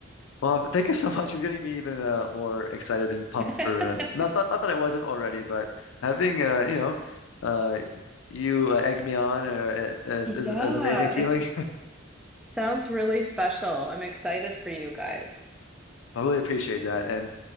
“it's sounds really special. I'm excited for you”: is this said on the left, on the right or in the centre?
Centre